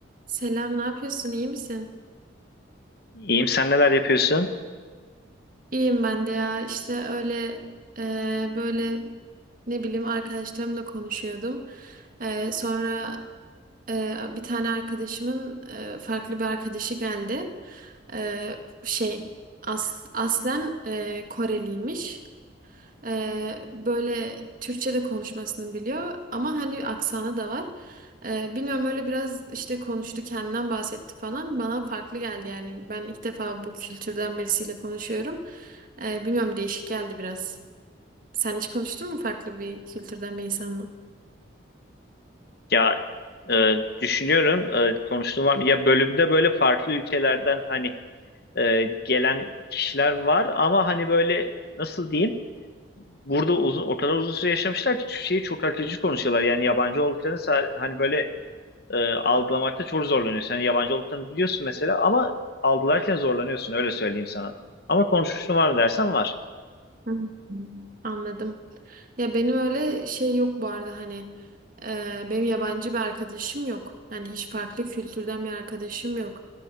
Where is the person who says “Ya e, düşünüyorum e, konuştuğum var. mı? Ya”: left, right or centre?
Left